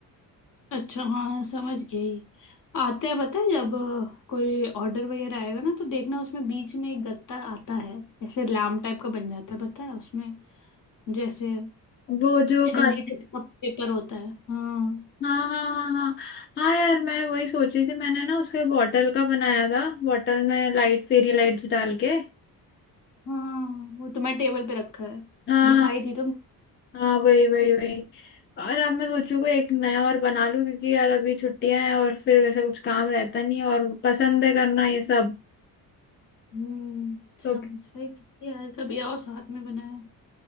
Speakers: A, on the left; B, on the left.
A: अच्छा हाँ समझ गई आते हैं पता है जब अ, कोई ऑर्डर वगैरह आएगा ना तो देखना उसमें बीच में एक गत्ता आता है ऐसे लाम टाइप का बन जाता है पता है उसमें जैसे
B: वो जो
A: छल्ली
B: काट
A: टाइप का पेपर होता है हाँ
B: हाँ हाँ हाँ हाँ हाँ यार मैं वही सोच रही थी मैंने ना उसके बॉटल का बनाया था बॉटल में लाइट फेरी लाइट्स डाल के
A: हाँ वो तो मैं टेबल पे रखा है
B: हाँ
A: दिखाई
B: हाँ
A: दी तो
B: हाँ, वही वही वही और अब मैं सोचू कोई एक नया और बना लूं क्योंकि यार अभी छुट्टियां हैं और फिर वैसे कुछ काम रहता नहीं है और पसंद है करना ये सब
A: हम्म
B: तो
A: सब सही किया यार कभी आओ साथ में बनाया